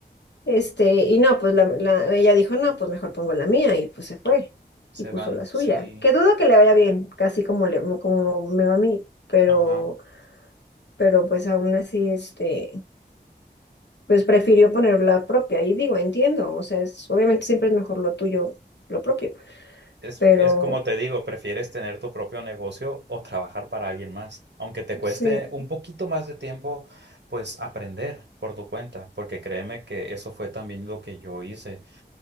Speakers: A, on the left; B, on the right.
A: Este, y no, pues la, la- ella dijo, no, pues mejor pongo la mía y pues se fue
B: se
A: y puso
B: van,
A: la suya.
B: sí.
A: Que dudo que le vaya bien, casi como, le, como me va a mí, pero,
B: Ajá.
A: pero pues aún así, este, pues prefirió poner la propia. Y digo, entiendo, o sea, es- obviamente siempre es mejor lo tuyo, lo propio,
B: Es,
A: pero
B: es como te digo, prefieres tener tu propio negocio o trabajar para alguien más, aunque te cueste
A: sí,
B: un poquito más de tiempo, pues aprender por tu cuenta, porque créeme que eso fue también lo que yo hice.